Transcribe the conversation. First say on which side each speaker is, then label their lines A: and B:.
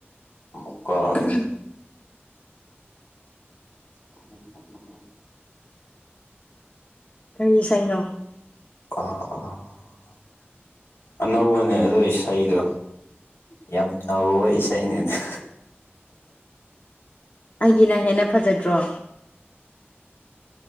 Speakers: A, on the left (about 85°); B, on the left (about 40°).
A: ꯑꯃꯨꯛ ꯀꯥꯎꯔꯦꯅꯦ
B: ꯀ <unintelligible>
A: <unintelligible>
B: ꯀꯩ ꯏꯁꯩꯅꯣ <inaudible>
A: ꯑꯥ ꯑꯥ ꯑꯅꯧꯕꯅꯦ ꯑꯗꯣ ꯏꯁꯩꯗꯣ ꯌꯥꯝ ꯅꯧ ꯏꯁꯩꯅꯦ ꯑꯗꯨ
B: ꯑꯩꯒꯤꯅ ꯍꯦꯟꯅ ꯐꯖꯗ꯭ꯔꯣ